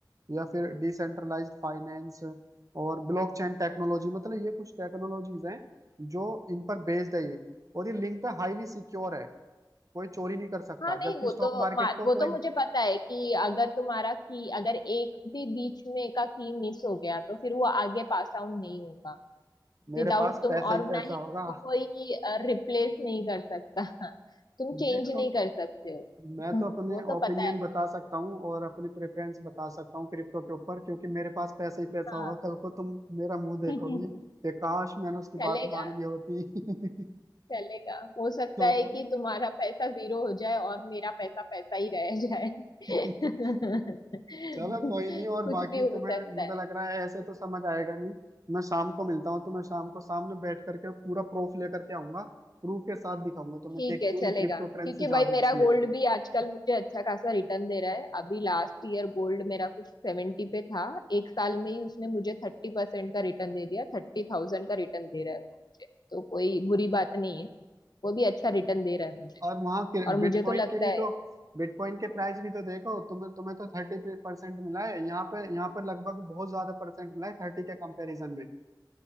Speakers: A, on the right; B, on the left.
A: या फिर डिसेंट्रलाइज्ड फाइनेंस और ब्लॉकचेन टेक्नोलॉजी मतलब ये कुछ टेक्नोलॉजीज हैं जो इन पर बेस्ड है ये और ये लिंक है हाईली सिक्योर है कोई चोरी नहीं कर सकता
B: हाँ नहीं
A: जबकि
B: वो
A: स्टॉक
B: तो
A: मार्केट
B: मा-
A: को
B: वो तो
A: कोई
B: मुझे पता है कि अगर तुम्हारा की अगर एक भी बीच में का की मिस हो गया तो फिर वो आगे पास आउट नहीं होगा
A: मेरे
B: विदाउट
A: पास
B: तुम
A: पैसा
B: और
A: ही
B: ना
A: पैसा
B: ही
A: होगा
B: उसको कोई रिप्लेस नहीं कर सकता तुम चेंज
A: देखो
B: नहीं कर सकते हो
A: मैं तो
B: <laughs>
A: अपने
B: वो तो
A: ओपिनियन
B: पता है मुझे।
A: बता सकता हूँ और अपनी प्रेफरेंस बता सकता हूँ क्रिप्टो के ऊपर क्योंकि मेरे पास पैसा ही पैसा
B: हाँ
A: होगा कल को तुम मेरा मुंह देखोगी
B: <laughs>
A: कि काश मैंने उसकी
B: चलेगा
A: बात मान ली होती
B: चलेगा हो
A: <laughs>
B: सकता
A: तो
B: है कि तुम्हारा पैसा जीरो हो जाए और मेरा पैसा पैसा ही रह जाए
A: <laughs>
B: <laughs>
A: चलो
B: कुछ
A: कोई नहीं और बाकी
B: भी हो
A: तुम्हें
B: सकता
A: मुझे
B: है
A: लग रहा है ऐसे तो समझ आएगा नहीं मैं शाम को मिलता हूँ तुम्हें शाम को सामने बैठ करके पूरा प्रूफ लेकर के आऊंगा प्रूफ के साथ दिखाऊंगा तुम्हें
B: ठीक
A: कि
B: है
A: क्यों
B: चलेगा
A: क्रिप्टो करेंसी
B: क्योंकि
A: ज्यादा
B: भाई मेरा
A: अच्छी है
B: गोल्ड भी आजकल मुझे अच्छा खासा रिटर्न दे रहा है अभी लास्ट ईयर गोल्ड मेरा कुछ सेवेंटी पे था एक साल में ही उसने मुझे थर्टी परसेंट का रिटर्न दे दिया थर्टी थाउजेंड का रिटर्न दे रहा है वो मुझे तो कोई बुरी बात नहीं है वो भी अच्छा रिटर्न दे रहा है मुझे
A: और वहाँ
B: और
A: बिटकॉइन
B: मुझे तो लगता
A: के भी
B: है
A: तो बिटकॉइन के प्राइस भी तो देखो तुम्हें तुम्हें तो थर्टी परसेंट मिला है यहाँ पे यहाँ पर लगभग बहुत ज्यादा परसेंट मिला है थर्टी के कंपैरिजन में